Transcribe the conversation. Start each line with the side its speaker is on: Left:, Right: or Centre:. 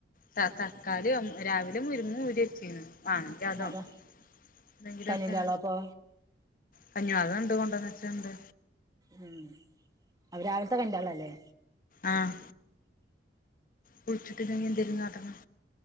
Left: ത തക്കാളിയും രാവിലെ മുരിങ്ങ ഊരി വെച്ചീന്നു. കാണിക്ക അതോ
Right: അതാ
Left: എന്തെങ്കിലൊക്കെ
Right: കഞ്ഞിന്റെളോ അപ്പൊ
Left: കഞ്ഞു അത ത് കൊണ്ടന്നച്ചണ്ട്
Right: മ് അവ രാവിലത്തെ കണ്ടാള്ളല്ലേ.
Left: ആഹ് വിളിച്ചിട്ടില്ലെങ്കി എന്തെലും കാട്ടണം.